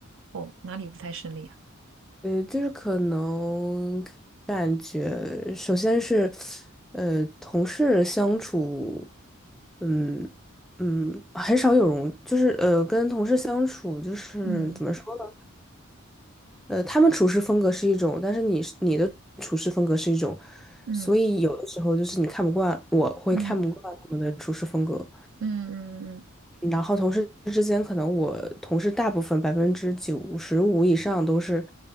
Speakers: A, on the right; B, in the centre.
A: 哦，哪里不太顺利啊？
B: 呃，就是可能感觉首先是呃同事相处，嗯嗯，很少有容，就是呃跟同事相处就是怎么说呢？
A: 嗯
B: 呃，他们处事风格是一种，但是你你的处事风格是一种，
A: 嗯
B: 所以有的时候就是你看不惯，我会看不惯他们的处事风格。
A: 嗯嗯嗯
B: 然后同事之间，可能我同事大部分百分之九十五以上都是，